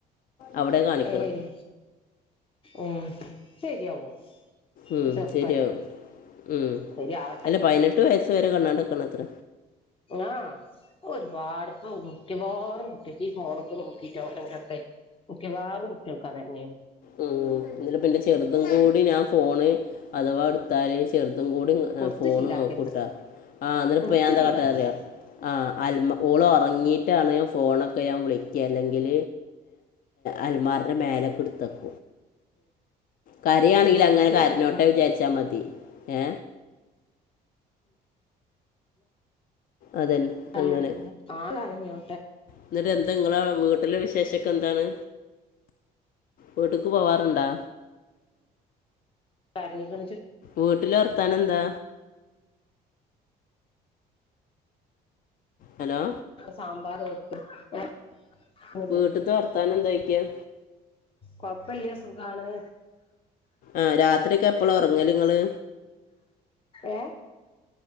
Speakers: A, on the left; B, on the left.
A: അവിടെ കാണിക്കണം
B: ഏയ് ആ ശരിയാവോ
A: ഉം
B: ചെറുപ്പല്ലേ
A: ശരിയാവും ഉം
B: ശരിയാവട്ടെ
A: അല്ല പതിനെട്ട് വയസ് വരെ കണാ ക്കണത്ര
B: ആഹ ഒരുപാട് ഇപ്പ മുറ്റവാാറ മുട്ടട്ട് ഫോണൊക്കെ നോക്കിട്ടാൊക്കെ ക്കെ വേറും കുട്ടികൾക്കാതന്നെയെ
A: ഉ എന്ന പിന്നെ ചെറുതും കൂടി ഞാ ഫോണ് അഥവാ എടുത്താല് ചെറു അതും കൂടി
B: കൊടുത്ത്
A: ഫോണ്
B: ശീലാക്കരുത്
A: നോക്കൂട്ടാ ആഹ നിപ്പ
B: കൊടുത്ത്
A: എന്താക്കട്ട
B: ശീലാക്കണ്ട
A: അറിയ ആ അമ ഓള ഉറങ്ങീട്ടാണ് ഞ ഫോൺ ഒക്കെ ഞാൻ വിളക്കുക അല്ലെങ്കിൽ അൽമാറിൻ്റെ മേലൊക്കെ എടുത്ത്ക്ക കരിയാണെങ്കിൽ
B: ഉം കൊടുക്കരുത്
A: അങ്ങനെ കരനോട്ടേ
B: കൊടുത്ത്
A: വിചാരിച്ചാ മതി ഏ അതന്നെ
B: ആ
A: അങ്ങനെ
B: ആ കഞ്ഞോ
A: എന്നിട്ട് എന്താ നിങ്ങളെ വീട്ടിലെ വിശേഷക്കെ എന്താണ് വീട്ടക്ക് പോവാറുണ്ടാ
B: കണിക്കിച്ച
A: വീട്ടില വർത്തൻ എന്താ ഹലോ
B: സാമ്പാർ വെക്ക ആണില്ല
A: വീട്ടിലത്തെ വർത്താനം എന്താ ചോദിക്കുക
B: കൊഴപ്പില്ല സുഖാണ്
A: ആഹ രാത്രി ഒക്കെ എപ്പളാ ഉറങ്ങല് നിങ്ങള്
B: ഏഹ